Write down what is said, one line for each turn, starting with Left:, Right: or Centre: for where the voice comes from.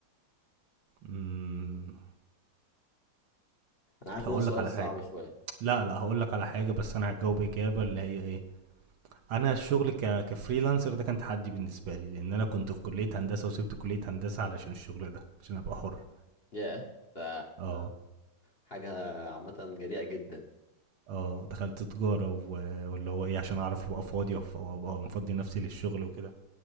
Right: إمم،
Left: انا عارف
Right: هاقول
Left: ان هو سؤال
Right: لك على
Left: صعب
Right: حاجة
Left: شوية
Right: لأ، لأ هاقول لك على حاجة بس أنا هاجاوب إجابة اللي هي إيه، أنا الشغل ك كfreelancer ده كان تحدي بالنسبة لي، لإن أنا كنت في كلية هندسة وسِبت كلية هندسة علشان الشغل ده، عشان أبقى حُر.
Left: ياه ده
Right: آه،
Left: حاجة عامة جريئة جدا
Right: آه دخلت تجارة و واللي هو إيه، عشان أعرف أبقى فاضي وف- وأبقى مفضي نفسي للشغل وكده